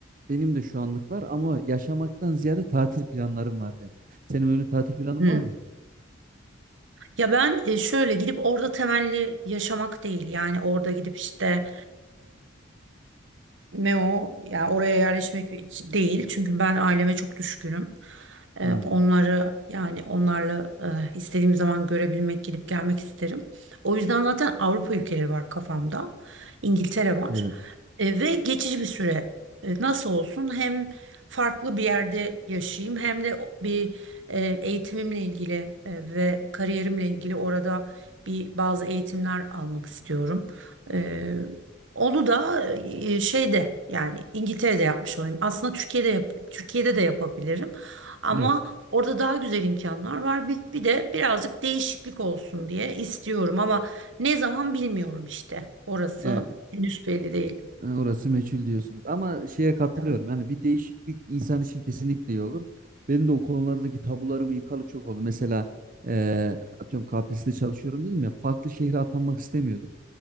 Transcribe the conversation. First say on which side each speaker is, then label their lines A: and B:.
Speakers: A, on the right; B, on the right.
A: Benim de şu anlık var ama yaşamaktan ziyade tatil planlarım var benim. Senin öyle tatil planın
B: Hmm.
A: var mı?
B: Ya ben e, şöyle gidip orada temelli yaşamak değil yani orada gidip işte ne o? Ya oraya yerleşmek hiç değil. Çünkü ben aileme çok düşkünüm. Ee,
A: Hmm,
B: onları yani onlarla e, istediğim zaman görebilmek, gidip gelmek isterim. O yüzden zaten Avrupa ülkeleri var kafamda. İngiltere var.
A: evet.
B: E, ve geçici bir süre e, nasıl olsun hem farklı bir yerde yaşayayım hem de o- bir e, eğitimimle ilgili e, ve kariyerimle ilgili orada bir bazı eğitimler almak istiyorum. E, onu da e, şeyde yani İngiltere'de yapmış olayım. Aslında Türkiye'de yap- Türkiye'de de yapabilirim. Ama
A: Evet.
B: orada daha güzel imkanlar var. Bir, bir de birazcık değişiklik olsun diye istiyorum ama ne zaman bilmiyorum işte. Orası
A: E,
B: henüz belli değil.
A: e, orası meçhul diyorsunuz. Ama şeye katılıyorum.
B: Evet.
A: Yani bir değişiklik insan için kesinlikle iyi olur. Benim de o konulardaki tabularımı yıkalı çok oldu. Mesela e, atıyorum KPSS'de çalışıyorum dedim ya. Farklı şehre atanmak istemiyordum.